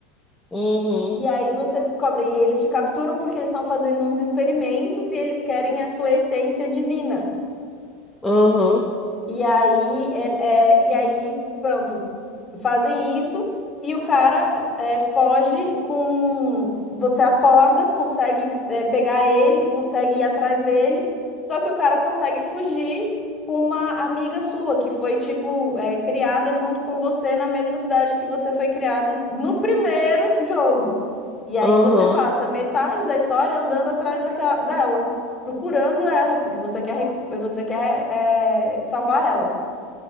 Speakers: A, in the centre; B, on the left.
A: Uhum,
B: E aí você descobre, e eles te capturam porque eles estão fazendo uns experimentos e eles querem a sua essência divina.
A: uhum,
B: E aí, é, é, e aí, pronto, fazem isso e o cara é, foge com. Você acorda, consegue é, pegar ele, consegue ir atrás dele, só que o cara consegue fugir com uma amiga sua, que foi, tipo, é, criada junto com você na mesma cidade que você foi criado no primeiro jogo. E aí
A: uhum,
B: você passa metade da história andando atrás daquela, dela procurando ela, porque você quer, recu- você quer é, salvar ela.